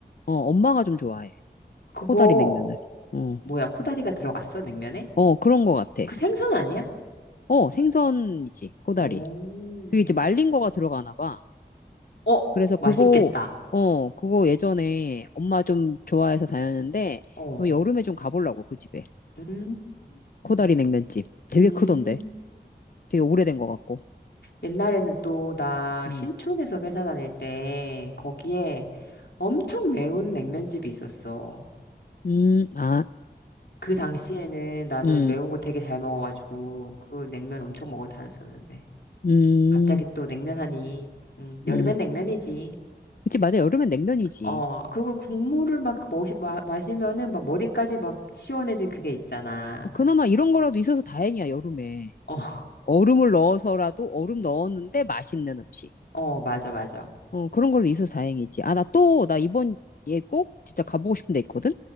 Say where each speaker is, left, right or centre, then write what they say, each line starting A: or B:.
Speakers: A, on the left; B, on the left.
A: 어, 엄마가 좀 좋아해.
B: 그거,
A: 코다리 냉면을. 어,
B: 뭐야, 코다리가 들어갔어? 냉면에?
A: 어, 그런 거 같아.
B: 그 생선 아니야?
A: 어, 생선이지, 코다리.
B: 오.
A: 그게 이제 말린 거가 들어가나 봐.
B: 어,
A: 그래서 그거,
B: 맛있겠다.
A: 어, 그거 예전에 엄마 좀 좋아해서 다녔는데,
B: 어.
A: 이번 여름에 좀 가보려고, 그 집에.
B: 음.
A: 코다리
B: 음.
A: 냉면집. 되게
B: 음.
A: 크던데. 되게 오래된 거 같고.
B: 옛날에는 또 나
A: 음,
B: 신촌에서 회사 다닐 때 거기에 엄청 매운 냉면집이 있었어.
A: 음, 아,
B: 그 당시에는 나도
A: 음,
B: 매운 거 되게 잘 먹어가지고 그 냉면 엄청 먹어 다녔었는데
A: 음.
B: 갑자기 또 냉면 하니 음, 여름엔
A: 음.
B: 냉면이지
A: 그치, 맞아. 여름엔 냉면이지.
B: 어 그리고 국물을 막 머시, 마, 마시면은 막 머리까지 막 시원해진 그게 있잖아
A: 그나마 이런 거라도 있어서 다행이야, 여름에.
B: 어
A: 얼음을 넣어서라도 얼음 넣었는데 맛있는 음식.
B: 어 맞아 맞아
A: 어, 그런 걸로 있어서 다행이지. 아, 나 또, 나 이번 에꼭 진짜 가보고 싶은 데 있거든?